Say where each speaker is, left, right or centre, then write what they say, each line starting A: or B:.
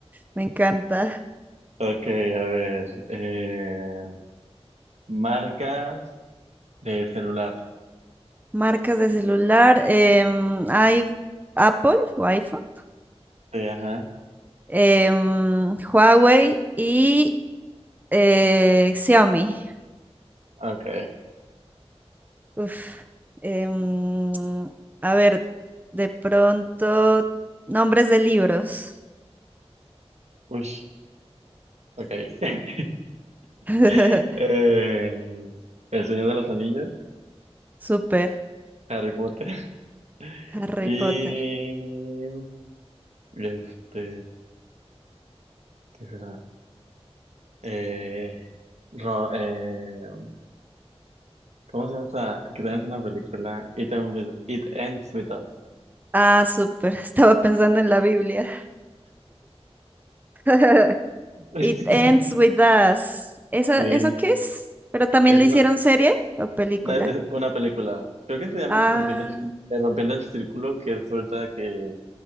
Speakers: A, on the right; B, on the right.
A: me encanta.
B: Ok, a ver. eh, marcas de celular.
A: Marcas de celular, em, hay Apple o iPhone.
B: Sí, ajá.
A: em, Huawei y eh, Xiaomi.
B: Ok.
A: Uf, em, a ver, de pronto, nombres de libros.
B: Ush. Ok. <laughs>
A: <laughs>
B: Eh, El Señor de los Anillos,
A: Súper.
B: Harry Potter
A: Harry
B: y
A: Potter.
B: este, ¿qué será? Eh, Ro- eh, ¿cómo se llama esa? Que también es una película. It Ends With, It Ends With Us.
A: Ah, súper. <laughs> Estaba pensando en la Biblia. <laughs>
B: <laughs>
A: It Ends With Us. ¿Eso,
B: Sí,
A: eso qué es? ¿Pero también
B: es
A: le
B: una,
A: hicieron serie o película?
B: una- es una película. Creo que se llama
A: Ah,
B: Rompiendo el, eh, Rompiendo el Círculo, que es ahorita que,